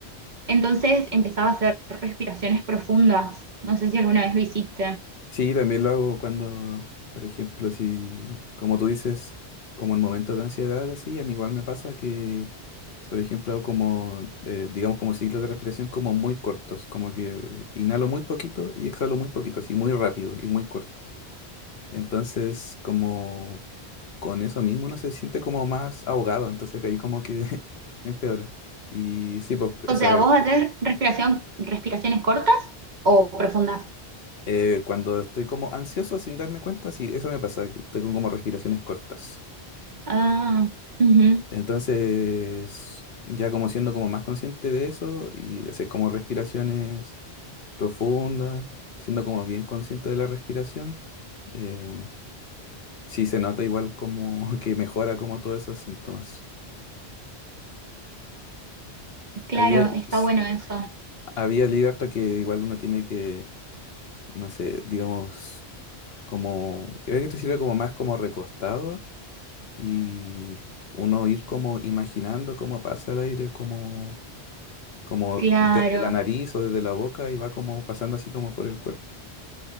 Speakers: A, on the right (about 55°); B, on the left (about 65°).
A: Entonces empezaba a hacer respiraciones profundas. No sé si alguna vez lo hiciste.
B: Sí, también lo hago cuando, por ejemplo, si, como tú dices, como en momentos de ansiedad, así, a mí igual me pasa que, por ejemplo, hago como, eh, digamos, como ciclos de respiración como muy cortos, como que inhalo muy poquito y exhalo muy poquito, así, muy rápido y muy corto. Entonces, como con eso mismo uno se siente como más ahogado, entonces que ahí como que <laughs> empeora. Y sí, pues,
A: O
B: o sea,
A: sea, ¿vos haces respiración, respiraciones cortas o profundas?
B: Eh, cuando estoy como ansioso sin darme cuenta, sí, eso me pasa, tengo como respiraciones cortas.
A: Ah, ujú,
B: Entonces, ya como siendo como más consciente de eso y hacer como respiraciones profundas, siendo como bien consciente de la respiración, eh, sí se nota igual como <laughs> que mejora como todos esos síntomas.
A: Claro,
B: Había,
A: está
B: sí,
A: bueno eso.
B: había leído harto que igual uno tiene que, no sé, digamos, como, creo que esto sirve como más como recostado y uno ir como imaginando cómo pasa el aire, como, como
A: Claro.
B: desde la nariz o desde la boca y va como pasando así como por el cuerpo.